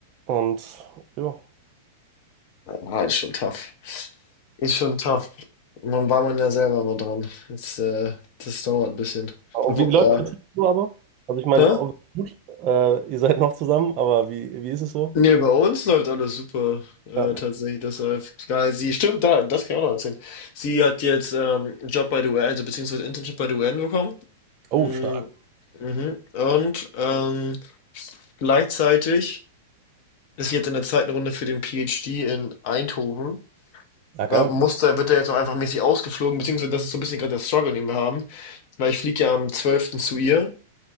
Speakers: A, on the right (about 40°); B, on the left (about 45°).
A: Und ja.
B: Ah, ist schon tough. Ist schon tough. Man war man ja selber mal dran. Jetzt, äh, das dauert ein bisschen.
A: Und
B: Obwohl,
A: wie läuft
B: ja.
A: es so aber? Also ich meine,
B: Hä?
A: ob- gut, äh, ihr seid noch zusammen, aber wie, wie ist es so?
B: Nee, bei uns läuft alles super, äh,
A: Ja.
B: tatsächlich. Das läuft geil. Sie, stimmt, da, das kann ich auch noch erzählen. Sie hat jetzt ähm, einen Job bei der UN, also beziehungsweise Internship bei der UN bekommen. Mm,
A: Oh, stark.
B: Mhm. Und ähm, Gleichzeitig ist jetzt in der zweiten Runde für den PhD in Eindhoven,
A: Ja, geil.
B: äh, muss da, wird er jetzt auch einfach mäßig ausgeflogen, beziehungsweise das ist so ein bisschen gerade der Struggle, den wir haben, weil ich fliege ja am zwölften zu ihr